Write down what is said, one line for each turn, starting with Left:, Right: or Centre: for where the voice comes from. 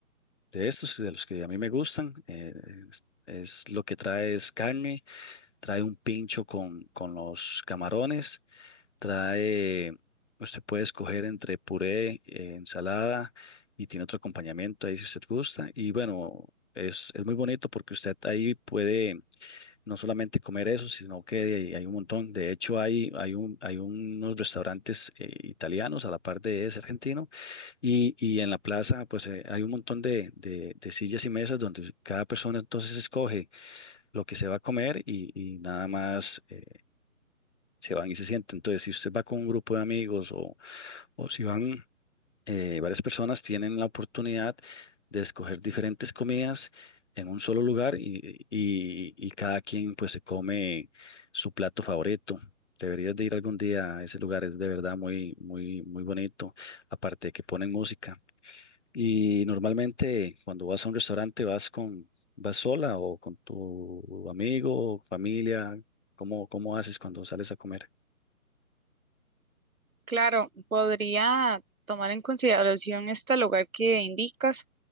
Left: de estos, de los que a mí me gustan. eh, es, es lo que trae es carne, trae un pincho con, con los camarones, trae, usted puede escoger entre puré, eh, ensalada y tiene otro acompañamiento ahí si usted gusta. Y bueno, es, es muy bonito porque usted ahí puede no solamente comer eso, sino que hay hay un montón. De hecho, hay, hay, un, hay unos restaurantes eh, italianos a la par de ese argentino y, y en la plaza pues eh, hay un montón de, de, de sillas y mesas donde cada persona entonces escoge lo que se va a comer y, y nada más eh, se van y se sienten. Entonces, si usted va con un grupo de amigos o, o si van eh, varias personas tienen la oportunidad de escoger diferentes comidas en un solo lugar y, y- y cada quien pues se come su plato favorito. Deberías de ir algún día a ese lugar, es de verdad muy, muy, muy bonito, aparte de que ponen música. Y normalmente cuando vas a un restaurante vas con, vas sola o con tu amigo, familia, ¿cómo, cómo haces cuando sales a comer?
Right: Claro, podría tomar en consideración este lugar que indicas.